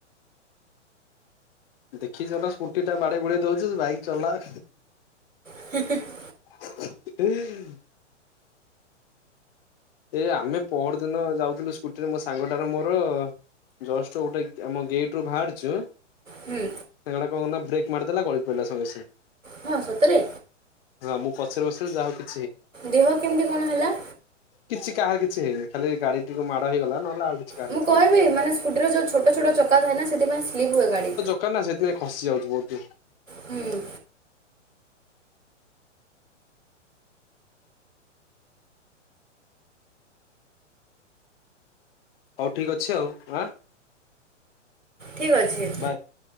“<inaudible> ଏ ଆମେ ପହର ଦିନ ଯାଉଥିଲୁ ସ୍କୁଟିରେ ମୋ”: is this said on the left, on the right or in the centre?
Left